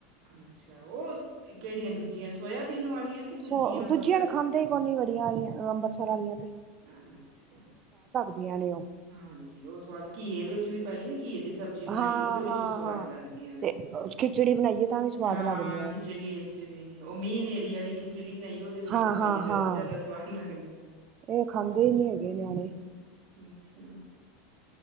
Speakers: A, on the right (about 60°); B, on the right (about 40°).
A: ਅੱਛਾ, ਉਹ ਕਿਹੜੀਆਂ ਦੂਜੀਆਂ ਸੋਇਆਬੀਨ ਵਾਲੀਆਂ ਕਿ
B: ਸੋ
A: ਅੰਬਰਸਰੀਆਂ
B: ਦੂਜੀਆਂ ਦੇ ਖਾਂਦੇ ਹੀ ਕੋਨੀ ਵੜੀਆਂ ਤੇ, ਆ ਅੰਮ੍ਰਿਤਸਰ ਵਾਲੀਆਂ ਤੇ,
A: ਅੱਛਾ,
B: ਹੁੰਦੀਆ ਨੇ ਔ,
A: ਹਾਂਜੀ, ਉਹ ਸਵਾਦ ਘੀਏ ਵਿੱਚ ਵੀ ਪਾਈਏ, ਨਾ ਘੀਏ ਦੀ ਸਬਜ਼ੀ ਸਬਜੀ ਬਣਾਈਏ,
B: ਹਾਂ
A: ਉਹਦੇ ਵਿੱਚ
B: ਹਾਂ
A: ਵੀ ਸਵਾਦ
B: ਹਾਂ
A: ਲੱਗਦੀਆਂ ਨੇ,
B: ਤੇ ਖਿਚੜੀ ਬਣਾਈਏ ਤਾਂ ਵੀ ਸਵਾਦ
A: ਹਾਂ
B: ਲੱਗਦੀਆਂ
A: ਖਿਚੜੀ
B: ਨੇ
A: ਏ ਵੀ, ਉਹ ਮੀਂਹ ਹਨੇਰੀ ਵਾਲੀ ਖਿਚੜੀ ਬਣਾਈ, ਉਹਦੇ ਵਿੱਚ
B: ਹਾਂ-ਹਾਂ-ਹਾਂ
A: ਤੇ ਪਾਈਏ, ਤੇ ਜ਼ਿਆਦਾ ਸਵਾਦ ਲੱਗਦੀਆਂ ਨੇ।
B: ਇਹ ਖਾਂਦੇ ਨੀ
A: ਹੂੰ,
B: ਹੈਗੇ ਨਿਆਣੇ,
A: ਅੱਛਾ,